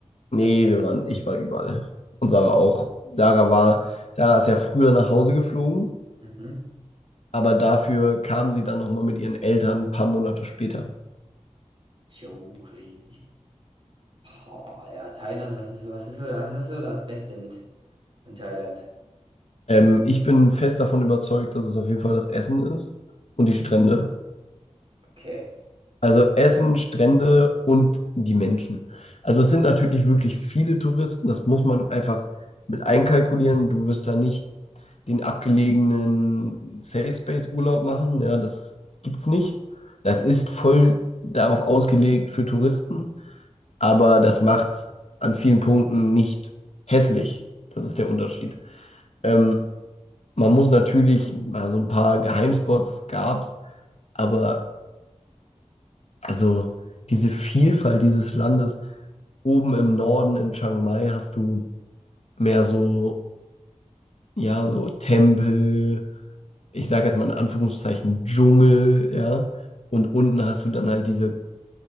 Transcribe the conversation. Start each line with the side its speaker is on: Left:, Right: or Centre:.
Left: nee,
Right: Also,
Left: wir waren, ich war überall. Und Sarah auch. Sarah war, Sarah ist ja früher nach Hause geflogen,
Right: mhm.
Left: aber dafür kam sie dann nochmal mit ihren Eltern ein paar Monate später.
Right: Yo, crazy. Oh, ja, Thailand, was ist, was ist so, was ist so das Beste mit in Thailand?
Left: Ähm, ich bin fest davon überzeugt, dass es auf jeden Fall das Essen ist und die Strände.
Right: Okay.
Left: Also Essen, Strände und die Menschen. Also es sind natürlich wirklich viele Touristen, das muss man einfach mit einkalkulieren. Du wirst da nicht den abgelegenen Safe Space Urlaub machen, ja, das gibt's nicht. Das ist voll darauf ausgelegt für Touristen, aber das macht's an vielen Punkten nicht hässlich. Das ist der Unterschied. Ähm, Man muss natürlich, also ein paar Geheimspots gab's, aber also diese Vielfalt dieses Landes, oben im Norden in Chiang Mai hast du mehr so, ja, so Tempel, ich sage jetzt mal in Anführungszeichen Dschungel, ja, und unten hast du dann halt diese